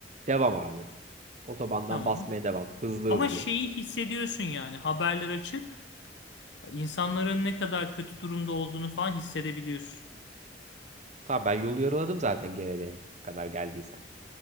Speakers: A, on the right; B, on the left.
A: devam abi. Otobandan
B: Tamam.
A: basmaya devam. Hızlı
B: Ama
A: hızlı.
B: şeyi hissediyorsun yani haberler açık. İnsanların ne kadar kötü durumda olduğunu falan hissedebiliyorsun.
A: Tamam ben yolu yarıladım zaten gelene kadar geldiysem.